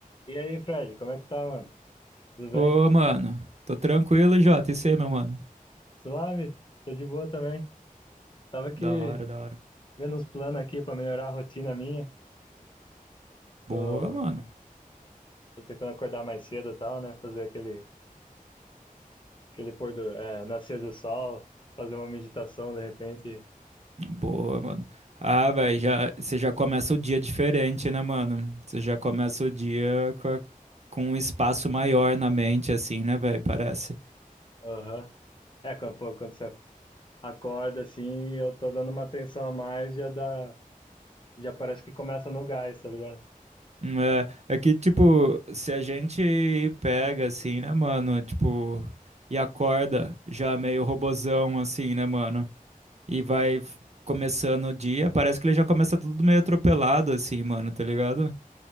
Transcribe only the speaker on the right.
Ô, mano. Tô tranquilo, Jota. E você, meu mano?
Da hora, da hora.
Boa,
mano.
Boa, mano. Ah, velho, já, você já começa o dia diferente, né, mano? Você já começa o dia com, a- com um espaço maior na mente, assim, né, velho? Parece.
Hum, É, é que, tipo, se a gente pega, assim, né, mano? Tipo, e acorda já meio robozão, assim, né, mano? E vai f- começando o dia, parece que ele já começa tudo meio atropelado, assim, mano, tá ligado?